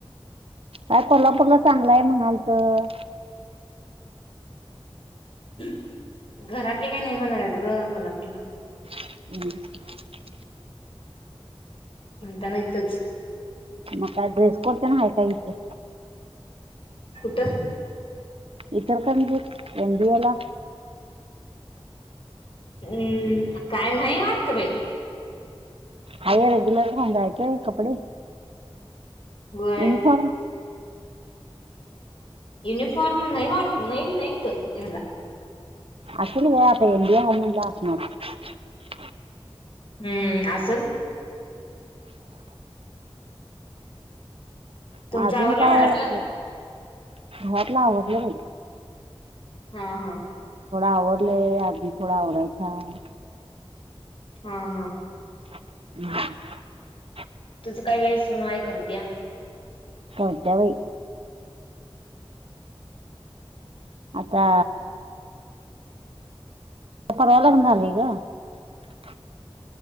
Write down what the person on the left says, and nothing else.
घरातली काय नाही म्हणाल्यात ग कोल्हापूरला
म्हणताना इथंच
कुठं?
हुं काय नाही वाटतं बाई.
व्हय
युनिफॉर्म नाही वाटत नाही नाही त ह्याला
हम असलं. तुमचं
आवरलं
घरातलं
हा हा
हा हा
तुझं काय बाई सून हाय करत्या.